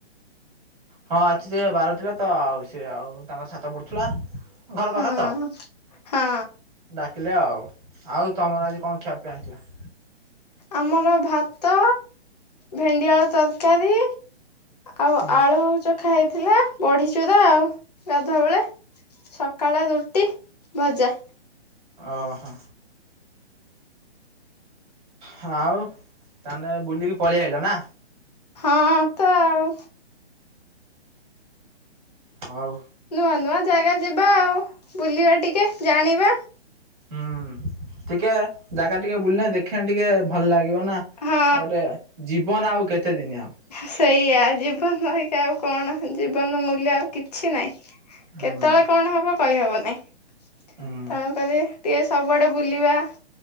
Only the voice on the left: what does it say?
ହଁ
ହଁ
ଆମର ଭାତ, ଭେଣ୍ଡିଆଳୁ ତରକାରୀ। ଆଉ
ଆଳୁ ଚଖା ହେଇଥିଲା ବଢିଚୁରା ଆଉ ଗାଧୁଆ ବେଳେ ସକାଳ ରୁଟି, ଭଜା।
ହଁ ତ ଆଉ।
ନୂଆ ନୂଆ ଜାଗା ଯିବା ଆଉ। ବୁଲିବା ଟିକେ ଜାଣିବା।
ହଁ
ସେଇଆ ଜୀବନ ରହିିକି ଆଉ କଣ ଜୀବନ ମୂଲ୍ୟ ଆଉ କିଛି ନହିଁ।
କେତେବେଳେ କଣ ହବ କହିହବ ନାହିଁ
ତେଣୁକରି ଟିକେ- - ସବୁଆଡ଼େ ବୁଲିବା।